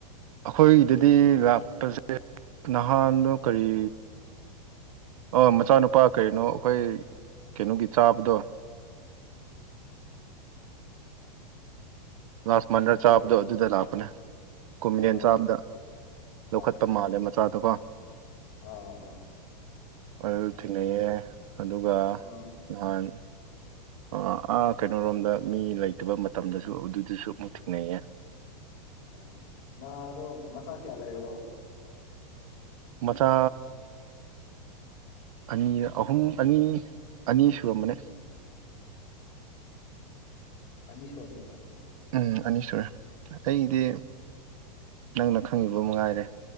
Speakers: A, on the right; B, on the left.
A: ꯑꯈꯣꯏꯗꯗꯤ ꯂꯥꯛꯄꯁꯦ ꯅꯍꯥꯟꯗꯣ ꯀꯔꯤ ꯑꯣ ꯃꯆꯥꯅꯨꯄꯥ ꯀꯔꯤꯅꯣ ꯑꯈꯣꯏ ꯀꯩꯅꯣꯒꯤ ꯆꯥꯕꯗꯣ ꯂꯥꯁꯃꯟꯔ ꯆꯥꯕꯗꯣ
B: ꯀꯔꯤ
A: ꯑꯗꯨꯗ ꯂꯥꯛꯄꯅꯦ ꯀꯣꯝꯂꯦꯟ
B: ꯑꯣ
A: ꯆꯥꯕꯗ
B: ꯑꯠꯆꯥ ꯑꯠꯆꯥ
A: ꯂꯧꯈꯠꯄ
B: ꯑꯥ ꯑꯥ
A: ꯃꯥꯜꯂꯦ ꯃꯆꯥ ꯗꯣꯀꯣ
B: ꯑꯥ ꯑꯥ ꯑꯠꯆꯥ
A: ꯑꯗꯨ
B: ꯑꯠꯆꯥ
A: ꯊꯦꯡꯅꯩꯌꯦ ꯑꯗꯨꯒ
B: ꯑꯥ
A: ꯅꯍꯥꯟ ꯑ ꯑꯥ ꯀꯩꯅꯣꯔꯣꯝꯗ ꯃꯤ ꯂꯩꯇꯕ ꯃꯇꯝꯗꯁꯨ ꯑꯗꯨꯗꯁꯨ ꯑꯃꯨꯛ ꯊꯦꯡꯅꯩꯌꯦ
B: ꯑꯠꯁꯥ ꯃꯥ ꯗꯣ ꯃꯆꯥ ꯀꯌꯥ ꯂꯩꯔꯕꯣ
A: ꯃꯆꯥ ꯑꯅꯤꯔ ꯑꯍꯨꯝ ꯑꯅꯤ ꯑꯅꯤ ꯁꯨꯔꯝꯕꯅꯦ
B: ꯑꯅꯤ ꯁꯨꯔꯝꯅꯦꯕ
A: ꯎꯝ ꯑꯅꯤ ꯁꯨꯔꯦ ꯑꯇꯩꯗꯤ ꯅꯪꯅ ꯈꯪꯉꯤꯕ ꯃꯉꯥꯏꯔꯦ